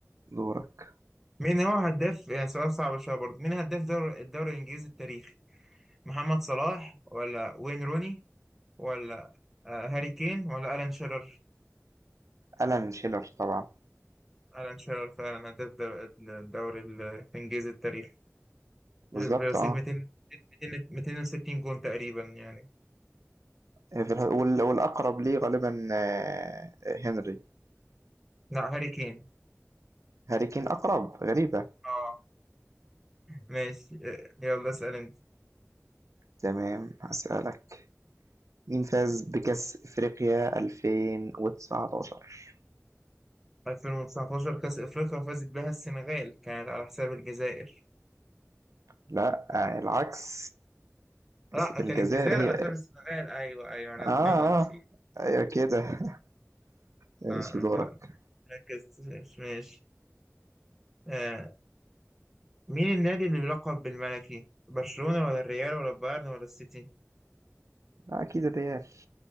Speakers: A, on the right; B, in the centre.
A: دورك
B: مين هو هداف يعني سؤال صعب شويه برضه مين هداف دور الدوري الانجليزي التاريخي محمد صلاح ولا وين روني ولا آه، هاري كين ولا الان شيرر
A: ألان شيلر طبعا
B: الان شيرر فعلا هداف دور- الدوري الانجليزي التاريخي ب-
A: بالظبط
B: برصيد
A: اه
B: 200 200 260 جون تقريبا يعني
A: آه، في الح- وال- والأقرب ليه غالبا آه، آه، هنري
B: لا هاري كين
A: هاري كين أقرب غريبة
B: اه ماشي آه، يلا اسال انت
A: تمام هسألك مين فاز بكأس إفريقيا 2019
B: 2019 كأس أفريقيا فازت بها السنغال كانت على حساب الجزائر
A: لا آه، العكس
B: لا
A: اس- الجزائر
B: كانت الجزائر
A: هي
B: على حساب السنغال ايوه ايوه انا
A: اه
B: <laughs> أنا نسيت
A: اه ايوه كده <laughs> ماشي
B: لا انا
A: دورك
B: ف- ركزت ماشي آه. مين النادي اللي بيلقب بالملكي برشلونة ولا الريال ولا البايرن ولا السيتي
A: اكيد الريال